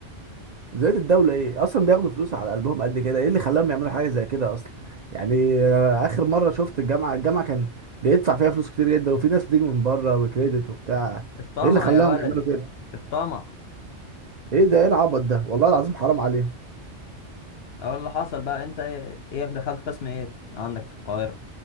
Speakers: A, on the right; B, on the left.
A: بداية الدولة ايه اصلا بياخدوا فلوس على قلبهم قد كده ايه اللي خلاهم يعملوا حاجة زي كده اصلا يعني أنا اخر مرة شفت الجامعة الجامعة كان بيدفع فيها فلوس كتير جدا وفي ناس بتيجي من بره وكريدت وبتاع
B: الطمع
A: ايه اللي خلاهم
B: يا ولدي
A: يعملوا كده
B: الطمع
A: ايه ده ايه العبط ده والله العظيم حرام عليهم
B: اقول اللي حصل بقى انت ايه إيه دخلت قسم ايه عندك في القاهره